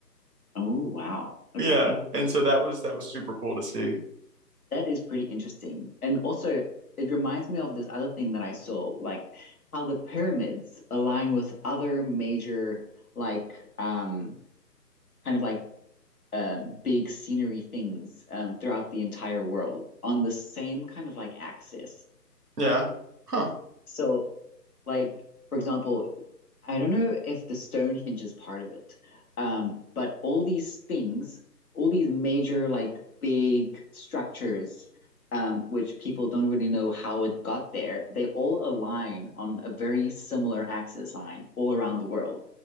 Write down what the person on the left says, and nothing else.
Oh, wow. Okay.
That is pretty interesting. And also, it reminds me of this other thing that I saw, like how the pyramids align with other major, like, um, kind of like um, big scenery things um, throughout the entire world on the same kind of like axis.
So, like for example, I don't know if the Stonehenge is part of it, um, but all these things, all these major like big structures, um, which people don't really know how it got there, they all align on a very similar axis line all around the world.